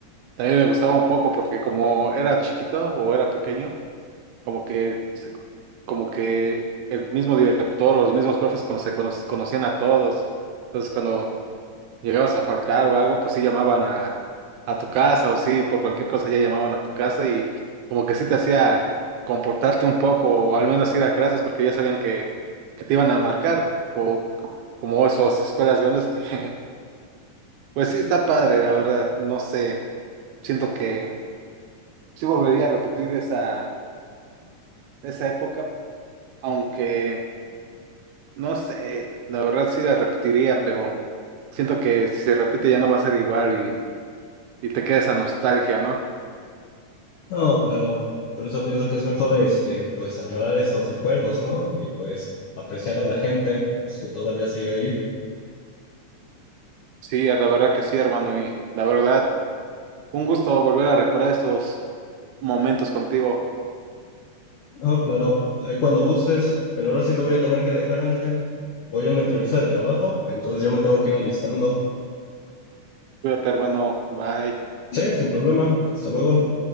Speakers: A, on the right (about 80°); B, on the left (about 80°).
A: también me gustaba un poco porque como era chiquito o era pequeño, como que, se- como que el mismo director o los mismos profes cono- se cono- conocían a todos. Entonces, cuando llegabas a faltar o algo, pues sí llamaban a, a tu casa o sí, por cualquier cosa ya llamaban a tu casa y como que sí te hacía comportarte un poco o al menos ir a clases porque ya sabían que, que te iban a marcar o como esas escuelas grandes que <laughs> pues sí está padre, la verdad, no sé, siento que sí volvería a repetir esa, esa época, aunque no sé, la verdad sí la repetiría, pero siento que si se repite ya no va a ser igual y, y te queda esa nostalgia, ¿no?
B: no, claro, por eso pienso que es mejor, este, pues añorar estos recuerdos, ¿no? Y pues apreciar a la gente, pues, que todavía sigue ahí.
A: Sí, la verdad que sí, hermano, y la verdad, un gusto volver a recordar estos momentos contigo.
B: No, claro, ahí cuando gustes, pero ahora sí te voy a tener que dejar, Ángel. Voy a una entrevista de trabajo, entonces ya me tengo que ir alistando.
A: Cuídate, hermano. Bye.
B: Sí, sin problema. Hasta luego.